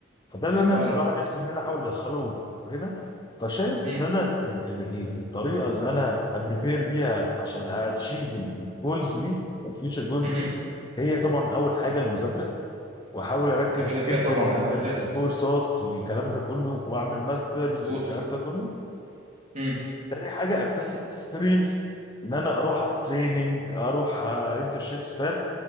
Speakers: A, on the left; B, on the right.
A: فده اللي انا
B: فعلا
A: بصراحه نفسي ان انا احاول ادخله هنا فشايف
B: مم.
A: ان انا ال- ال- ال- الطريقه اللي انا ابريبير بيها عشان اتشيف الجولز دي الفيوتشر جولز
B: مم.
A: دي هي طبعا اول حاجه المذاكره واحاول اركز
B: ده كده كده
A: جدا
B: طبعا
A: جدا
B: ده الاساس
A: في الكورسات والكلام ده كله واعمل ماسترز
B: مظبوط
A: والكلام ده كله
B: مم.
A: تاني حاجه اكتسب اكسبيرينس ان انا اروح تريننج اروح انترشيبس فاهم